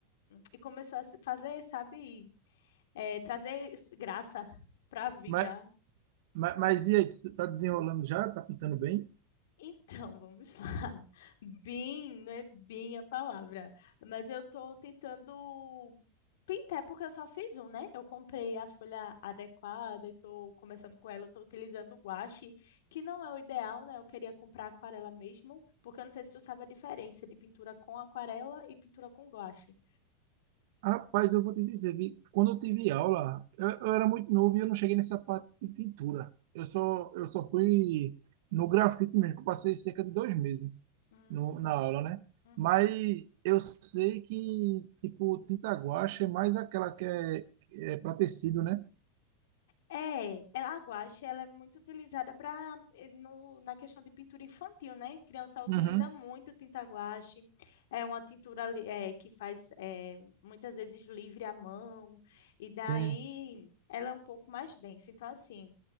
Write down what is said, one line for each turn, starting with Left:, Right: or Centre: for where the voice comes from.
Left: e começou a se fazer, sabe, eh, trazer graça para a vida.
Right: Mas, mas, mas e aí, tu tá desenrolando já? Tá pintando bem?
Left: Então, vamos lá. <laughs> Bem, não é bem a palavra, mas eu tô tentando pintar porque eu só fiz um, né? Eu comprei a folha adequada e tô começando com ela, eu tô utilizando o guache, que não é o ideal, né? Eu queria comprar aquarela mesmo, porque eu não sei se tu sabe a diferença de pintura com aquarela e pintura com guache.
Right: Rapaz, eu vou te dizer, vi, quando eu tive aula, eu, eu era muito novo e eu não cheguei nessa parte de pintura. Eu só, eu só fui no grafite mesmo, que eu passei cerca de dois meses
Left: Hum,
Right: no, na aula, né?
Left: uhum.
Right: Mas eu sei que, tipo, tinta guache é mais aquela que é, é para tecido, né?
Left: É, ela, a guache, ela é muito utilizada para no na questão de pintura infantil, né? Criança utiliza
Right: Uhum.
Left: muito tinta guache. É uma tintura li- é, que faz é, muitas vezes livre à mão e daí
Right: Sim.
Left: ela é um pouco mais densa. Então assim,